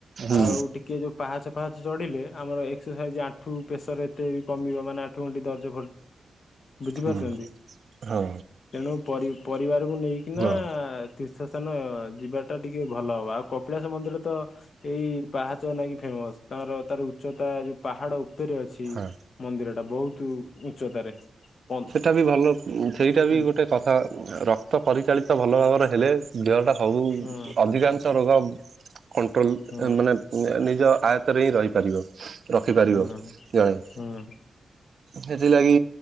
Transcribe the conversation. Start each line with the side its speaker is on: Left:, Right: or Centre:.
Right: ହୁଁ
Left: ଆଉ ଟିକେ ଯୋଉ ପାହାଚ ପାହାଚ ଚଢ଼ିଲେ, ଆମର ଏକ୍ସରସାଇଜ୍ ଆଣ୍ଠୁ ପ୍ରେସର୍ ଏତେ ବି କମିବ ମାନେ ଆଠୁ ଗଣ୍ଠି ଦର୍ ଖର୍ଜ ବୁଝିପାରୁଛନ୍ତି?
Right: ହଁ ହଁ
Left: ତେଣୁ ପରି ପରିବାରକୁ ନେଇକିନା
Right: ହୁଁ
Left: ତୀର୍ଥ ସ୍ଥାନ ଯିବା ଟିକେ ଭଲ ହବ ଆଉ କପିଳା ମନ୍ଦିର ତ ଏଇ ପାହାଚ ନାଇକି ଫେମସ ତାଙ୍କର ତାର ଉଚ୍ଚତା ଯୋଉ ପାହାଡ ଉପରେ ଅଛି
Right: ହଁ
Left: ମନ୍ଦିରଟା ବହୁତ ଉଚ୍ଚତାରେ। ପନ୍
Right: ସେଇଟା ବି ଭଲ ସେଇଟା
Left: ହୁଁ
Right: ବି ଗୋଟେ କଥା ରକ୍ତ ପରିଚାଳିତ ଭଲ ଭାବରେ ହେଲେ ଦେହଟା ସବୁ
Left: ହୁଁ
Right: ଅଧିକାଂଶ ରୋଗ କଣ୍ଟ୍ରୋଲ୍
Left: ହୁଁ
Right: ମାନେ ନିଜ ଆୟତରେ ହିଁ ରହିପାରିବ ରଖିପାରିବ
Left: ହୁଁ
Right: ଜଣେ।
Left: ହୁଁ
Right: ସେଥିଲାଗି